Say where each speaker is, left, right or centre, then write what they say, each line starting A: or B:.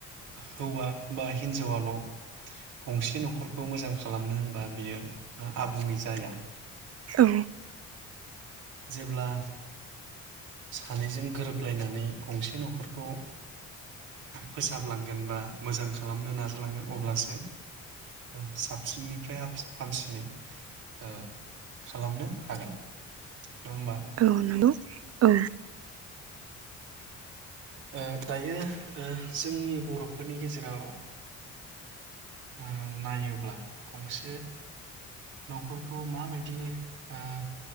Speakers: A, on the right; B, on the right.
A: हौवा बा हिनजावाल' गंसे न'खरखौ मोजां खालामनो होनबा बियो आबुङै जाया।
B: औ
A: जेब्ला सानैजों गोरोबलायनानै गंसे न'खरखौ फोसाबलांगोन बा मोजां खालामनो नाजालांगोन अब्लासो ओ साबसिननिफ्राय हामसिनै ओ खालामनो हागोन। नङा होमबा
B: औ नंगौ औ।
A: ओ दायो ओ जोंनि बर'फोरनि गेजेराव ओ नायोब्ला गंसे न'खरखौ माबायदि ओ